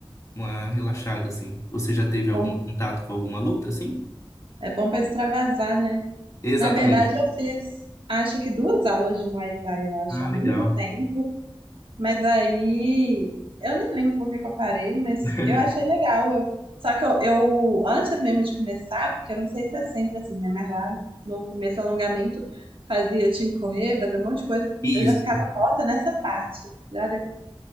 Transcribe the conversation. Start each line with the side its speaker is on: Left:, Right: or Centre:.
Left: uma relaxada, assim. Você já teve
Right: é bom,
Left: algum contato com alguma luta, assim?
Right: é bom para extravasar, né?
Left: Exatamente.
Right: Na verdade, eu fiz, acho que duas aulas de Muay Thai, eu acho,
Left: Ah,
Right: há muito
Left: legal.
Right: tempo. Mas aí, eu nem lembro por que que eu parei, mas
Left: <laughs>
Right: eu achei legal. Eu, só que eu, eu, antes mesmo de começar, porque eu não sei se é sempre assim, né? Mas lá no começo, do alongamento, fazia, eu tinha que correr, fazer um monte de coisa.
Left: Isso.
Right: Eu já ficava morta nessa parte. Já, de-